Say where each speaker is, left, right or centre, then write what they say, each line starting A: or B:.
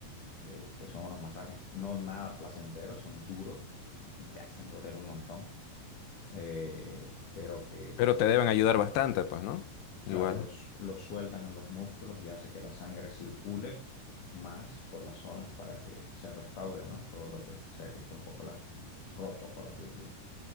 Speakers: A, on the left; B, on the left.
A: eh, que son unos masajes no nada placenteros, son duros, te hacen doler un montón, eh, pero que,
B: Pero te deben
A: como-
B: ayudar bastante, pues, ¿no?
A: claro,
B: Igual.
A: los, los sueltan en los músculos y hace que la sangre circule más por las zonas para que se restaure, ¿no? Todo lo que sea que esté un poco las- roto, por así decirlo.